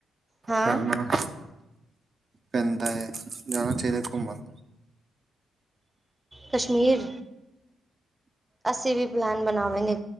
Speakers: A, on the right; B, on the right.
A: ਹਾਂ
B: ਕਰਨਾ। ਪੈਂਦਾ ਹੈ ਜਾਣਾ ਚਾਹੀਦਾ ਹੈ ਘੁਮਣ।
A: ਕਸ਼ਮੀਰ ਅਸੀਂ ਵੀ ਪਲੈਨ ਬਣਾਵੇਗੇ।